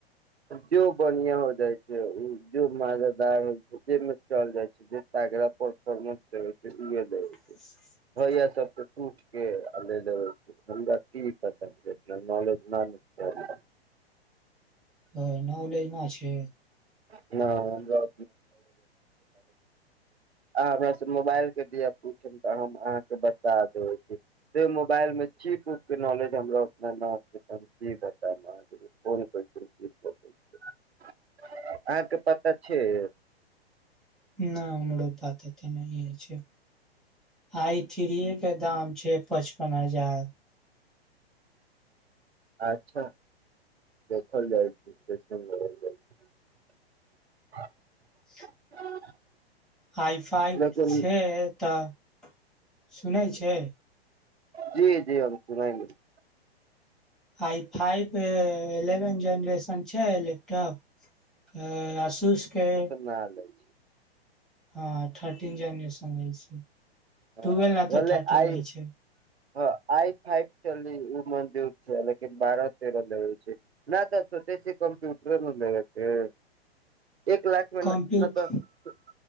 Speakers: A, on the right; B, in the centre.
A: जो बनिंया होय जाइ छै उ जो <unintelligible> होय जेमे चल जाइ छै जे तगरा परफोर्मेंस देबैकऽ <unintelligible>
B: <inaudible>
A: भैया सबके तुटके आ ले देबे छै हमरा की पता छै नॉलेज ना न छै
B: त नाॅलेज न छै
A: <unintelligible> आहाँ हमरा से मोबाइल के दिया पूछेम तऽ हम अहाँके बता देबै छी से मोबाइल मे चीप उप के नॉलेज हमरा उतना न छै तऽ हम की बताब आहाॅंके <unintelligible> अहाँके पता छैय
B: न हमरो पता तऽ नहिये छैय आइ थीरीये के दाम छै पच्चपन हजार
A: अच्छा देखल जाइ छी <unintelligible> <unintelligible>
B: <inaudible>
A: <unintelligible>
B: आइ फाइफ
A: छै लेकिन
B: छे तऽ सुनै छै
A: जी जी हम सुना <unintelligible>
B: आइ फाइब इलेवन जेनरेशन छै लेपटॉप अय आसूसके
A: ना लैब
B: हँ थर्टीन जेनरेशन लै छै
A: ह
B: टुवेल्व नहि
A: बोले
B: तऽ थर्टीन
A: आइ
B: लै छै
A: हँ आइ फाइव चलि ओ मंजूर छै लेकिन बारह तेरह लेबे छै न तऽ सोचै छै कम्प्यूटरे न लेबे के एक लाख
B: कम्प्यूट
A: नहि तऽ <unintelligible>